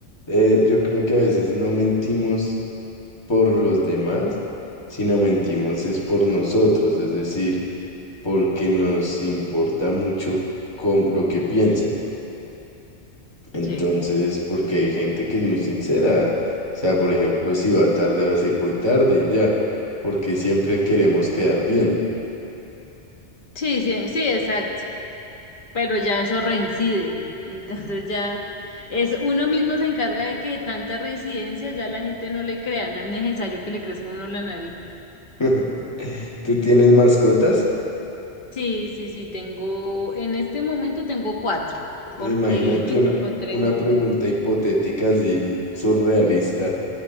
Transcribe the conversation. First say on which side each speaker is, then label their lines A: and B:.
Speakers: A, on the left (about 25°); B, on the left (about 50°).
A: eh, yo creo que a veces no mentimos por los demás, sino mentimos es por nosotros, es decir porque nos importa mucho cómo- lo que piensen. Entonces,
B: Sí,
A: porque hay gente que es muy sincera. O sea, por ejemplo, si va tarde, va a decir voy tarde y ya, porque siempre queremos quedar bien.
B: sí, sí, sí, exacto, pero ya eso reincide, <laughs> entonces ya es uno mismo se encarga de que tanta reincidencia ya la gente no le crea, no es necesario que le crezca a uno la nariz.
A: <laughs> ¿Tú tienes mascotas?
B: Sí, sí, sí, tengo, en este momento tengo cuatro, porque
A: Imagínate
B: me encontré
A: una, una
B: uno,
A: pregunta hipotética así surrealista.